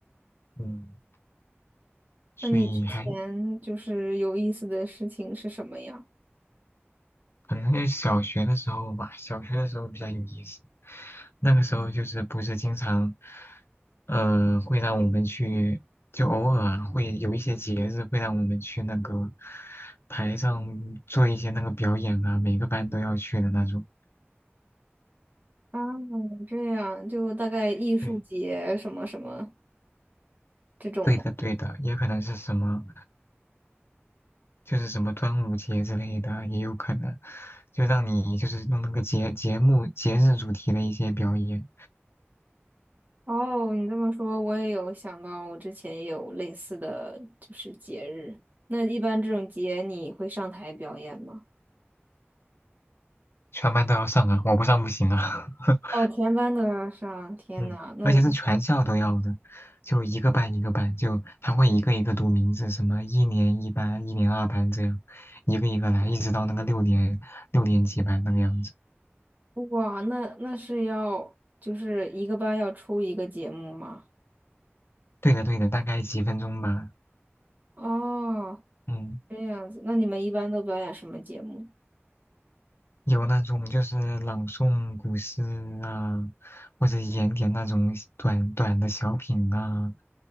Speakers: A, on the left; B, on the right.
A: 嗯，所以还
B: 那你之前就是有意思的事情是什么呀？
A: 可能是小学的时候吧，小学的时候比较有意思。那个时候就是不是经常，呃，会让我们去，就偶尔啊会有一些节日会让我们去那个台上做一些那个表演啊，每个班都要去的那种。
B: 啊，这样就大概艺术节什么什么
A: 对，
B: 这种吗？
A: 对的，对的，也可能是什么。就是什么端午节之类的也有可能，就让你就是弄那个节节目节日主题的一些表演，
B: 哦，你这么说，我也有想到，我之前也有类似的就是节日。那一般这种节你会上台表演吗？
A: 全班都要上啊，我不上不行啊，<laughs>
B: 哦，全班都要上，天呐，
A: 嗯，
B: 那
A: 而且是全校都要的，就一个班一个班，就他会一个一个读名字，什么一年一班、一年二班这样，一个一个来，一直到那个六年六年级班那个样子。
B: 哇，那那是要就是一个班要出一个节目吗？
A: 对的对的，大概几分钟吧，
B: 哦，
A: 嗯。
B: 这样子，那你们一般都表演什么节目？
A: 有那种就是朗诵古诗啊，或者演点那种短短的小品啊，